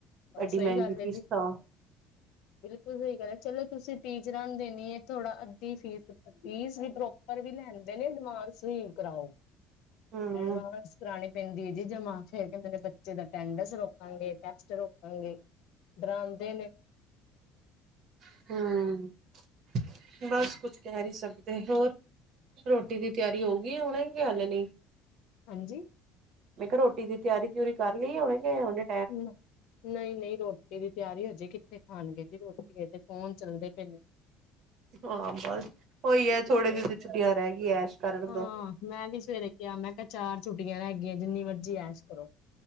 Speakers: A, on the right (about 40°); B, on the left (about 60°).
A: ਐਡੀ
B: ਸਹੀ
A: ਮਿਹਗੀ
B: ਗੱਲ ਹੈ
A: ਫੀਸਾਂ।
B: ਜੀ <inaudible> <unintelligible> ਬਿਲਕੁਲ ਸਹੀ ਗੱਲ ਹੈ, ਚਲੋ ਤੁਸੀਂ ਟੀਚਰਾਂ ਨੂੰ ਦੇਣੀ ਥੋੜਾ ਅੱਧੀ ਫੀਸ, ਫੀਸ ਵੀ ਪਰ ਵੀ ਲੈਂਦੇ ਨੇ, ਐਡਵਾਂਸਵ ਕਰਾਓ।
A: ਹੂੰ
B: ਐਡਵਾਂਸ, ਕਰਾਣੀ ਪੈਂਦੀ ਏ ਜੀ ਜਮਾ। ਫੇਰ ਕਹਿਦੇ ਨੇ ਬੱਚੇ ਦਾ ਅਟੈਂਡਸ ਰੋਕਾਂਗੇ, ਟੈਸਟ ਰੋਕਾਂਗੇ, ਡਰਾਦੇ ਨੇ।
A: ਹਾਂ। ਬਸ, ਕੁਛ ਕਹਿ ਨਹੀਂ ਸਕਦੇ ਹੋਰ? ਰੋਟੀ ਦੀ, ਤਿਆਰੀ ਹੋ ਗਈ ਹੁਣੇ ਕੀ ਹੱਲੇ ਨਈ?
B: ਹਾਂਜੀ।
A: ਮੈਂ ਕਿਹਾ, ਰੋਟੀ ਦੀ ਤਿਆਰੀ ਤਉਰੀ ਕਰ ਲਈ, ਹੂਣੇ ਕੇ ਉਹਨੇ
B: ਹੁਮਾ ਨਹ-ਨਹੀਂ ਰੋਟੀ ਦੀ ਤਿਆਰੀ ਹਜੇ ਕਿੱਥੇ ਖਣਗੇ ਜੀ ਰੋਟੀ, ਤੇ ਫੋਨ ਚੱਲਦੇ ਪਏ ਨੇ।
A: ਹਾਂ, ਬਸ ਓਹੀ ਹੈ ਥੋੜੇ ਦਿਨ, ਦੀ ਛੁੱਟੀਆਂ ਰੈ ਗੀ, ਐਸ਼ ਕਰਨ
B: ਹਾਂ,
A: ਦੋ
B: ਮੈਂ ਵੀ ਸਵੇਰੇ ਕਿਹਾ, ਮੈਂ ਕਿਹਾ ਚਾਰ ਛੁੱਟੀਆਂ ਰਹਿ, ਗਈ ਜਿੰਨੀ ਵੱ ਜੀ ਐਸ਼ ਕਰੋ,,